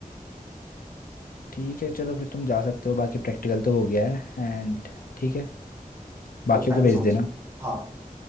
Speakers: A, on the left; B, on the right.
A: ठीक है चलो फिर तुम जा सकते हो बाकी प्रैक्टिकल तो हो गया है एंड ठीक है बाकियों
B: Okay thank
A: को भेज
B: you so
A: देना
B: much हाँ